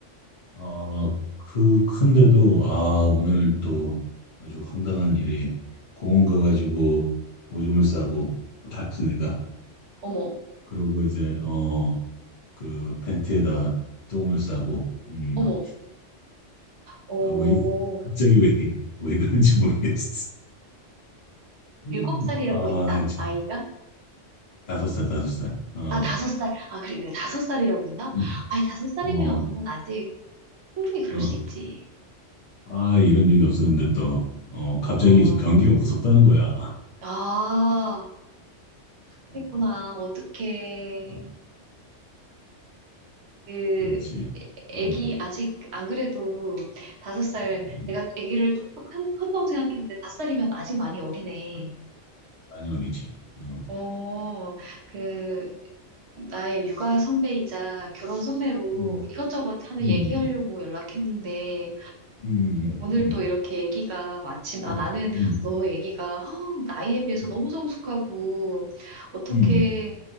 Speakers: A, on the left; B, on the right.
A: 어, 그, 큰데도, 아, 오늘 또 아주 황당한 일이 공원 가가지고 오줌을 싸고, 다 큰 애가.
B: 어머,
A: 그러고 이제, 어, 그 팬티에다가 똥을 싸고, 음,
B: 어머, 어,
A: 아, 왜, 갑자기 왜, 왜 그런지 모르겠어. 음.
B: 일곱 살이라고
A: 아,
B: 했나?
A: 참.
B: 아이가?
A: 다섯 살, 다섯 살. 어,
B: 아, 다섯 살. 아, 그래, 그래, 다섯 살이라고 했나?
A: 음,
B: 아니, 다섯 살이면
A: 어,
B: 아직 충분히 그럴
A: 어.
B: 수 있지.
A: 아, 이런 적이 없었는데 또, 어, 갑자기
B: 어,
A: 이제 변기가 무섭다는 거야.
B: 아,
A: 어,
B: 그랬구나. 어떡해.
A: 어,
B: 그
A: 그렇지. 음,
B: 애기 아직 안 그래도 다섯 살
A: 음, 음.
B: 내가 애기를 똑똑 한- 컸다고 생각했는데 다섯 살이면 아직 많이 어리네.
A: 아니, 어리지. 어.
B: 어, 그 나의 육아 선배이자 결혼 선배로
A: 음,
B: 이것저것 하는
A: 음,
B: 얘기하려고 연락했는데
A: 음, 음,
B: 오늘
A: 음,
B: 또 이렇게 애기가 마침 아
A: 음,
B: 나는
A: 음,
B: 너 애기가 허, 나이에 비해서
A: 음,
B: 너무 성숙하고 어떻게
A: 음,